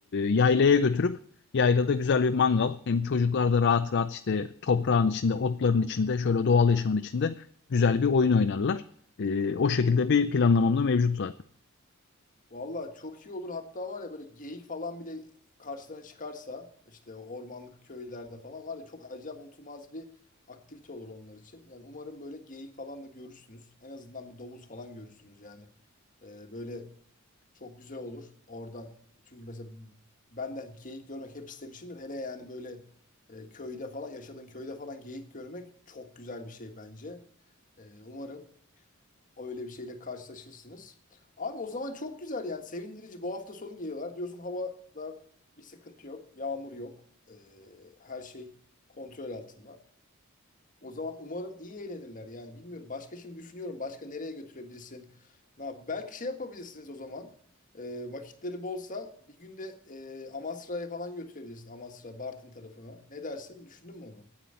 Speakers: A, on the left; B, on the left.
A: yaylaya götürüp yaylada güzel bir mangal hem çocuklar da rahat rahat işte toprağın içinde, otların içinde, şöyle doğal yaşamın içinde güzel bir oyun oynarlar. E, o şekilde bir planlamam da mevcut zaten.
B: Valla çok iyi olur. Hatta var ya böyle geyik falan bile karşılarına çıkarsa işte o ormanlık köylerde falan var ya çok acayip unutulmaz bir aktivite olur onlar için. Yani umarım böyle geyik falan da görürsünüz. En azından bir domuz falan görürsünüz yani. Ee, böyle çok güzel olur oradan. Çünkü mesela ben de geyik görmek hep istemişimdir. Hele yani böyle e, köyde falan yaşadığın köyde falan geyik görmek çok güzel bir şey bence. Ee, umarım. Öyle bir şeyle karşılaşırsınız. Abi o zaman çok güzel yani sevindirici. Bu hafta sonu geliyorlar. Diyorsun havada bir sıkıntı yok. Yağmur yok. Ee, her şey kontrol altında. O zaman umarım iyi eğlenirler yani bilmiyorum. Başka şimdi düşünüyorum. Başka nereye götürebilirsin? Na, belki şey yapabilirsiniz o zaman. Ee, vakitleri bolsa bir günde e, Amasra'ya falan götürebilirsin. Amasra, Bartın tarafına. Ne dersin? Düşündün mü onu?